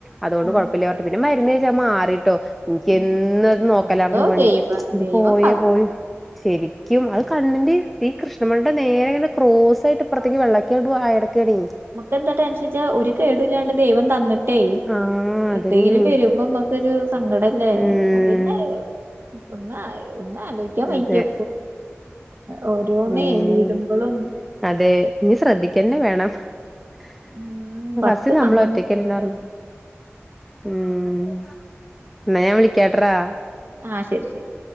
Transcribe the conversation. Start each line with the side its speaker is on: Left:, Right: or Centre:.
Centre: അതുകൊണ്ട്
Right: ഉം
Centre: കുഴപ്പല്ലാ പർ പിന്നെ മരുന്ന് തേച്ചപ്പം മാറിട്ടോ എനിക്കെന്നത്
Right: ഉം
Centre: നോക്കലാർന്ന്
Right: എന്തോ
Centre: പണി
Right: ദൈവ
Centre: ഇത്
Right: ദൈവം
Centre: പോയൊ
Right: കാത്തു
Centre: പോയൊ ശരിക്കും അത് കണ്ണിന്റെ ഈ കൃഷ്ണമണിടെ നേരെയാണ് ക്രോസായിട്ട് അപ്പറത്തേക്ക് വെള്ളക്കടു ആയടക്കണെ
Right: എന്റെ ടെൻഷൻ ച്ചാ ഒരു കേടും ഇല്ലാണ്ട് ദൈവം തന്ന് ട്ടേ
Centre: ആഹ് അതന്നെയാണേ
Right: എന്തെങ്കിലും വരുമ്പോ നമ്മുക്കൊരു സങ്കടല്ലേ
Centre: ഉം
Right: അത്ന്നെ ഒന്നാ ഒന്നലോ ചു വയ്യ
Centre: അതെ
Right: ഒരോന്നെ
Centre: ഉം
Right: വരുമ്പോഴും
Centre: അതെ ഇനി ശ്രദ്ധിക്കന്നെ വേണം <unintelligible>
Right: ഉം പത്ത്
Centre: നമ്മൾ
Right: കണ്ണൊന്നും
Centre: ഒറ്റക്കന്നെ
Right: പോരാ
Centre: ആർന്നു ഉം എന്ന ഞാൻ വിളിക്കാട്ടോടാ
Right: ആഹ് ശരി ശരി